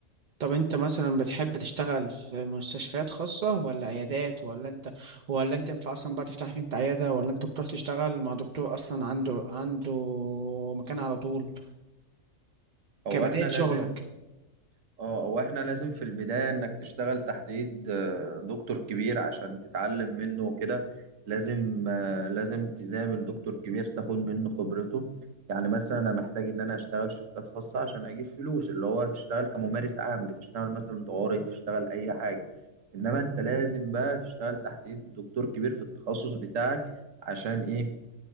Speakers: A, on the right; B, on the right.
A: طب انت مثلا بتحب تشتغل في مستشفيات خاصة ولا عيادات ولا انت ولا انت ينفع اصلا بقى تفتح لك انت عيادة ولا انت بتروح تشتغل مع دكتور اصلا عنده عنده مكان على طول
B: هو
A: كبداية
B: احنا
A: شغلك
B: لازم اه هو احنا لازم في البداية انك تشتغل تحت ايد آه، دكتور كبير عشان تتعلم منه وكده لازم آه، لازم تزامل دكتور كبير تاخد منه خبرته يعني مثلا انا محتاج ان انا اشتغل شفتات خاصة عشان اجيب فلوس اللي هو تشتغل كممارس عام بتشتغل مثلا طوارئ تشتغل اي حاجة انما انت لازم بقى تشتغل تحت ايد دكتور كبير في التخصص بتاعك عشان ايه